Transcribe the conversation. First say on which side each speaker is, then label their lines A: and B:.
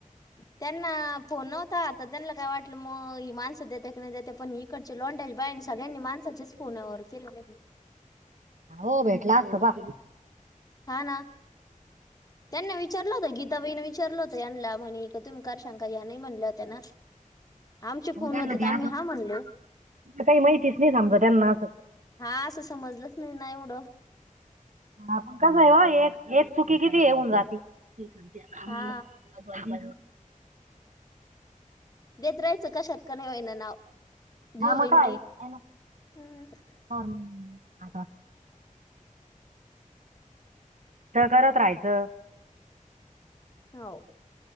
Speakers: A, on the left; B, on the right.
A: त्यांना फोन नव्हता आता त्यांना, काय वाटलं मग हि माणस देत्या काय नाही देत्या पण ही. तिकडच्या लोंडेश, बाईंनी सगळ्यांनी माणसांच्या चं फोनवर केले आहे.
B: हो भेटला कबा.
A: हां ना, त्यांना विच विचारलं होत गीता बाईनं विचारलं होतं यानला म्हणी का तुम कारशंका घ्या, नाही म्हणल्या होत्या ना. आमच्या
B: हो
A: फोनमध्ये
B: त्यांना ते
A: तर, आम्ही
B: असं
A: हा म्हणलो.
B: काही माहितीच नाही, समजा त्यांना असं.
A: हा.. असं समजलंच नाही ना एवढं.
B: आपण कसं आहे ओ, एक एक चुकी किती हे हून जाती. हां
A: हा
B: बरं.
A: देत राहायचं कशात का होईना नाव. जे
B: हां.. मग
A: होईन
B: काय
A: ते
B: हेना,
A: हो
B: तर मग आता. तर घरात राहायचं.
A: हौव.